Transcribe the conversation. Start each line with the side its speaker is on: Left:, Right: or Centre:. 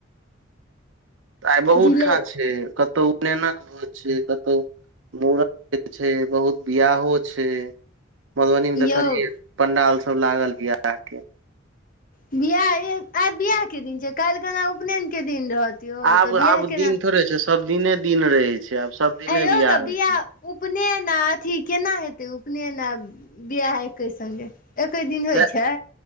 Right: त आइ बहुत
Left: जिले
Right: ठां छियै कतौ उपनयनक भोज छियै कतौ मुड़न छै बहुत बियाहो छै। मधुबनी मे
Left: यौ
Right: देखलियै पंडाल सब लागल बियाह के।
Left: बियाह अइ आइ बियाह के दिन छियै काइल्ह खना उपनयन के दिन रहत। यौ
Right: आब
Left: तऽ बियाह
Right: -आब
Left: केना
Right: दिन थोड़े छै सब दिने, दिन रहै छै आब सब दिने
Left: आंइयौ तऽ बियाह
Right: होइ छै
Left: उपनयन आ अथी केना हेतै उपनयन आ बियाह एकै संगे? एकै दिन
Right: से
Left: होइ छै?